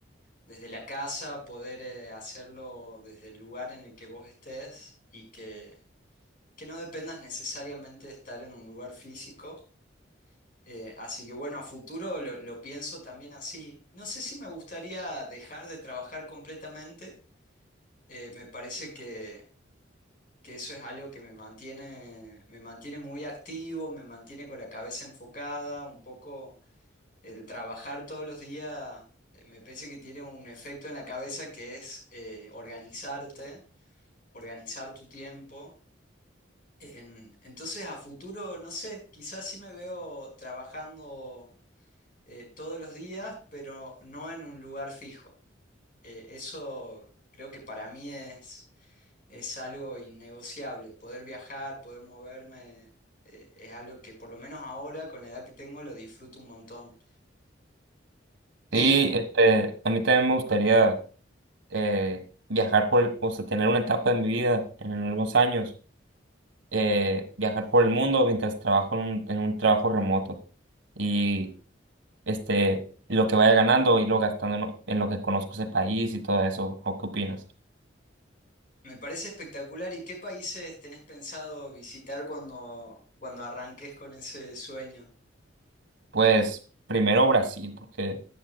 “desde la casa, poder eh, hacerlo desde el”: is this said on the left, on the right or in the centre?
Left